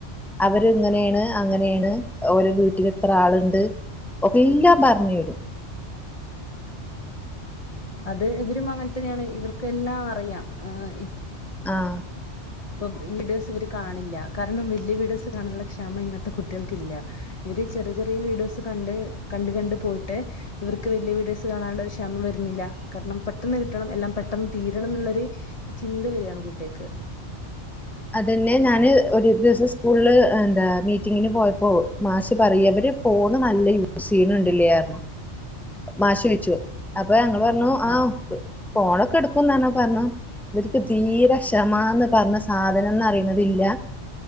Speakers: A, in the centre; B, on the left (about 35°).
A: അവര്ങ്ങനെയാണ് അങ്ങനെയാണ് ഓരോ വീട്ടിൽ ഇത്ര ആളുണ്ട് ഒകെ എല്ലാം പറഞ്ഞ് തരും
B: <unintelligible> അത് ഇവരും അങ്ങനെത്തന്നെയാണ് ഇവർക്ക്ല്ലാം അറിയാം ആഹ്
A: ആഹ്
B: ഇപ്പൊ വീഡിയോസ് ഇവര് കാണില്ല കാരണം വല്യ വീഡിയോസ് കാണാനുള്ള ക്ഷമ ഇന്നത്തെ കുട്ടികൾക്കില്ല ഇവര് ചെറിയ ചെറിയ വീഡിയോസ് കണ്ട് കണ്ട് കണ്ട് പോയിട്ട് ഇവർക്ക് വലിയ വീഡിയോസ് കാണാനുള്ള ഒരു ക്ഷമ വരുന്നില്ല കാരണം പെട്ടെന്ന് കിട്ടണം എല്ലാം പെട്ടെന്ന് തീരണം എന്നുള്ളൊരു ചിന്ത വരിയാണ് കുട്ടികക്ക്
A: അതെന്നെ ഞാന് ഒരു ദിവസം സ്കൂളില് എന്താ മീറ്റിങ്ങിന് പോയപ്പോൾ മാഷ് പറയ ഫോണ് നല്ല യൂസ് ചെയ്യുന്നുണ്ട് അല്ലേ എന്ന് പറഞ്ഞു മാഷ് ചോദിച്ചു അപ്പൊ ഞങ്ങള് പറഞ്ഞു ആ
B: ആഹ്
A: ഫോണൊക്കെ എടുക്കും എന്ന് പറഞ്ഞപ്പോൾ പറഞ്ഞു ഇവർക്ക് തീരെ ക്ഷമ എന്ന് പറഞ്ഞ സാധനം എന്ന അറിയണതില്ല